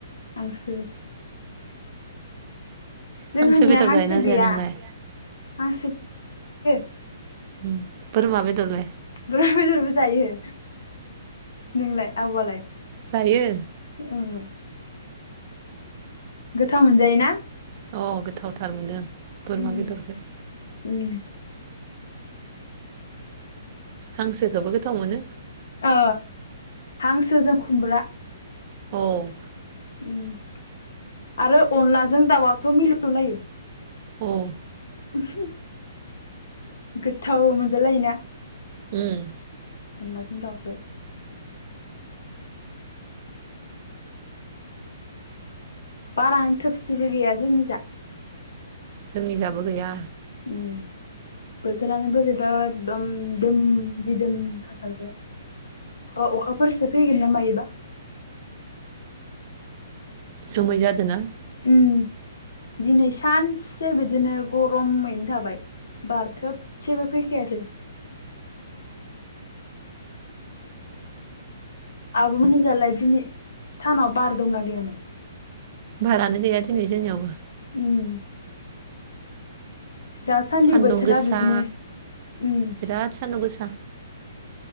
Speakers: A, on the left (about 85°); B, on the right (about 30°).
A: आंसो। जोंहानिया
B: हांसो बेदर
A: हांसो
B: जायोना जाया
A: गैया
B: नोंलाय
A: हां <unintelligible>
B: <inaudible> बोरमा बेदरलाय?
A: बोरमा बेदरबो जायो नोंलाय आबआलाय?
B: जायो।
A: उम गोथाव मोनजायो ना?
B: अ गोथावथार मोनो। बोरमा
A: उम
B: बेदरखौ।
A: उम
B: हांसोखौबो गोथाव मोनो।
A: ओ हांसो जों खुमब्रा।
B: औ।
A: उम आरो अनलाजों दाउआथ मिलौलायो।
B: औ।
A: <unintelligible> गोथथाव मोनजालायोना?
B: उम।
A: अनलाजों दाउखौ। बारानो थोबसिबो गैया जोंनि जा
B: जोंनि जाबो गैया।
A: उम बोथोरानो बोरैबा एकदम दोम दिदोम थाथारदो अखा अखाफोरसो फैगोन ना मायोबा।
B: जोमै जादोंना?
A: उम दिनै सानसे बिदिनो गरमैनो थाबाय बार थोबसेबो फैखायासै। आबमोननिजालाय दिनै सानाव बार दंना गैयामोन?
B: बारानो गैया दिनै जोंनियावबो।
A: उम। दासान्दि
B: सान्दुं
A: बोथोरा
B: गोसा
A: बिदिनो उम।
B: बिराद सान्दुं गोसा